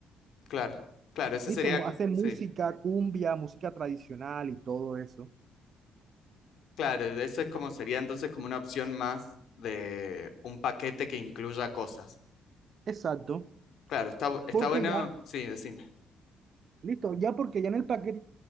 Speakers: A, on the left (about 65°); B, on the right (about 45°).
A: claro, claro, ese
B: Listo,
A: sería,
B: mu-
A: co-
B: hacen
A: sí,
B: música, cumbia, música tradicional y todo eso.
A: claro, eso es como sería entonces como una opción más de un paquete que incluya cosas.
B: Exacto,
A: Claro, está, bu- está
B: porque
A: bueno,
B: ya
A: sí, decime,
B: Listo, ya porque ya en el paquete